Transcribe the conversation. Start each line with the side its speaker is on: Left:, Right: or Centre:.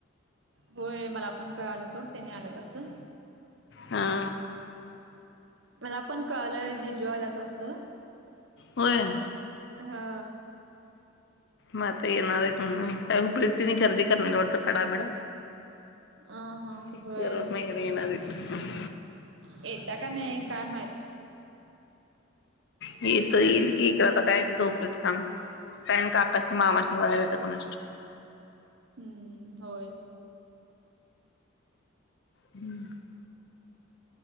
Right: होय मला आपण कळलं सोड त्यांनी आल्यात असं
Left: हा
Right: मला पण कळलंय जिजू आल्यात तसं
Left: होय
Right: हा
Left: म ते येणार म्हण तर हुपरीत त्यांनी खरेदी करणार आहेत म्हण कडा बिडा
Right: अ हा
Left: त
Right: होय
Left: करोड मेकडे येणार इथ
Right: येत्या का नाही काय माहित
Left: मी इ तर येईल की इकडे आता काय येत धोपरत काम काय काकास नाही मामास नाही बायायला येते कोणाष्ट
Right: हम्म होय
Left: हम् <unintelligible>